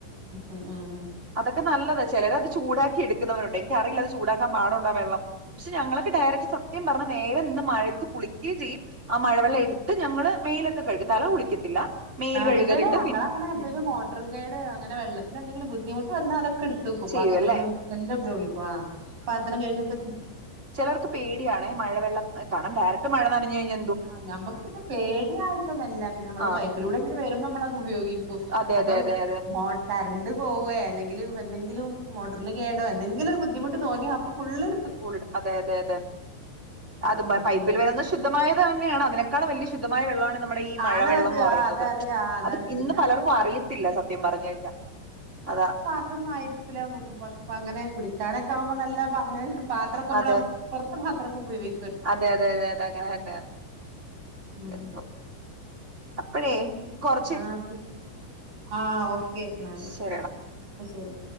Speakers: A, on the right; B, on the right.
A: ഉം ഉം ഉം
B: അതൊക്കെ നല്ലത ചെലര് അത് ചൂടാക്കി എടുക്കുന്നവരുണ്ട് എനിക്കറിയില്ല അത് ചൂടാക്കാൻ പാടുണ്ടോ വെള്ളം പക്ഷെ ഞങ്ങളെക്കെ ഡയറക്ട് സത്യം പറഞ്ഞ നേരെ നിന്ന് മഴത്ത് കുളിക്കെ ചെയ്യും ആ മഴവെള്ളം എടുത്ത് ഞങ്ങള് മെലൊക്കെ കയ്കും തല കുളിക്കത്തില്ല മേല്
A: ആഹ്
B: കഴുകലുണ്ട്
A: ഇവിടെ ഞങ്ങളങ്ങനെ
B: പിൻ
A: എന്തേലും
B: ഉം
A: മേട്ടർ കേട് അങ്ങനെ വെള്ളത്തിന് എന്തങ്കിലും ബുദ്ധിമുട്ട് വന്നാ അത ക്കെട്ത്തക്കും
B: ചെയ്യുവല്ലേ
A: ബാത്റൂമിലും ക്കെല്ലാം ഉപയോഗിക്കും ആഹ് പാത്രം കഴ്കെക്കെ ചെ
B: ചെലർക്ക് പേടിയാണ് മഴ വെള്ളം കണാം ഡയറക്ട് മഴ നനഞ്ഞഴിഞ്ഞ
A: ആഹ് നമ്മക്ക് പിന്നെ പേടിയായിട്ടൊന്നല്ല പിന്നെ നമ്മള്
B: ആ
A: പൈപ്പിലൂടെങ്ങനെ വരുമ്പോ നമ്മളത് ഉപയോഗിക്കും
B: അതെ
A: അപ്പൊ
B: അതെ അതെ അതെ
A: മോ കറണ്ട് പോവേ അല്ലങ്കിലും എന്തെങ്കിലും മോട്ടറിന് കേടോ എന്തെങ്കിലും ഒരു ബുദ്ധിമുട്ട് തോന്നിയാ അപ്പൊ ഫുള്ള്ട്
B: ഫുൾ അതെ അതെ അതെ
A: ആഹ്
B: അത്
A: അപ്പൊ
B: പൈപ്പില്
A: കുടി
B: വരുന്ന ശുദ്ധമായത് തന്നെയാണ് അതിനെക്കാളും വല്ല്യ ശുദ്ധമായ വെള്ളാണ് നമ്മടെ ഈ ഈ മഴവെള്ളംന്ന്
A: ആണ് അത്
B: പറയുന്നത്
A: ആഹ് അതറിയാം ആഹ് അതാണ്
B: അത്
A: പിന്നെ
B: ഇന്ന്
A: നമ്മള്
B: പലർക്കും അറിയത്തില്ല സത്യം പറഞ്ഞു കഴിഞ്ഞാ അതാ
A: ത്രൊന്നും ആയിരിക്കൂല പങ്ങനെ കുടിക്കാനൊക്കെ ആകുമ്പോ നല്ല അങ്ങനെ പാത്രക്കെ മ്മള്
B: അതെ
A: പൊർത്ത പാത്രങ്ങള് ഉപയോഗി
B: അതെ അതെ അതെ അതെ അങ്ങനെ തന്നെയാണ്
A: ഉം
B: എന്തോ അപ്പഴേ ഇൻകൊർ
A: ആഹ് ആഹ് ഓക്കെ ന്നാല്
B: ശരിയെടാ
A: ആഹ് ശരി